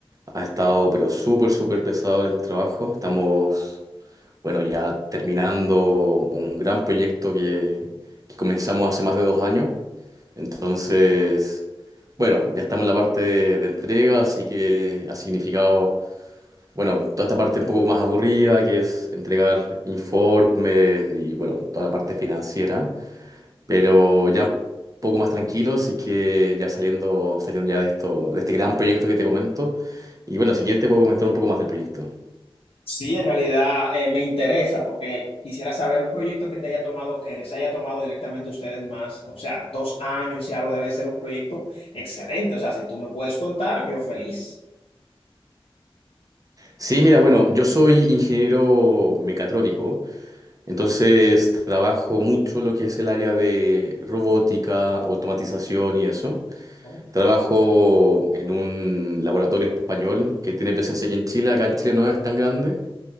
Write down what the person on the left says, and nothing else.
Sí, en realidad eh, me interesa porque quisiera saber un proyecto que te haya tomado, que les haya tomado directamente a ustedes más, o sea, dos años y algo, debe ser un proyecto excelente. O sea, si tú me puedes contar, yo feliz.
Oh,